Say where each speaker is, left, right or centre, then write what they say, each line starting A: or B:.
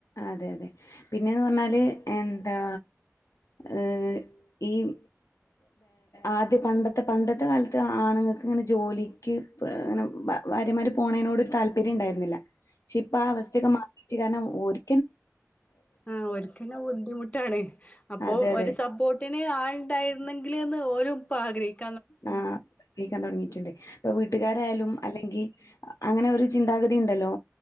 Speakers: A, on the left; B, on the left.
A: അതെ അതെ പിന്നേന്ന് പറഞ്ഞാല് എന്താ ഏ ഈം ആദ്യ പണ്ടത്തെ പണ്ടത്തെക്കാലത്ത് ആണുങ്ങൾക്കിങ്ങനെ ജോലി ക്ക് ങ്ങനെ വാര്യമാര് പോണയ്നോട് ഒരു താല്പര്യം ഉണ്ടായിരുന്നില്ല ക്ഷേ ഇപ്പ ആ അവസ്ഥയൊക്കെ മാറിയിട്ട് കാരണം ഓര്
B: ആ ഓരിക്കന്നെ ബുദ്ധിമുട്ടാണ് അപ്പൊ
A: അതെ, അതെ.
B: ഒരുസപ്പോട്ട് ട്ടിന് ആളുണ്ടായിരുന്നെങ്കിലെന്ന് ഓലിപ്പം ആഗ്രഹിക്കും
A: ആ ഗ്രഹിക്കാൻ തൊടങ്ങിട്ടുണ്ട് ഇപ്പൊ വീട്ടുകാരായാലും അല്ലെങ്കി അങ്ങനെയൊരു ചിന്താഗതിയുണ്ടല്ലോ